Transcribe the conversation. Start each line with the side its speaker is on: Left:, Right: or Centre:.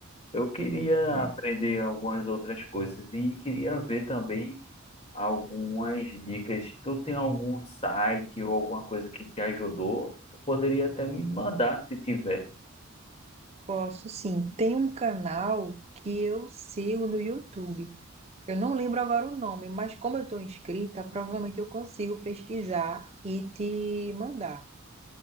Left: Eu queria
Right: É,
Left: aprender algumas outras coisas e queria ver também algumas dicas. Tu tem algum site ou alguma coisa que te ajudou? Tu poderia até me mandar se tiver.
Right: posso sim. Tem um canal que eu sigo no YouTube. Eu não lembro agora o nome, mas como eu estou inscrita, provavelmente eu consigo pesquisar e te mandar.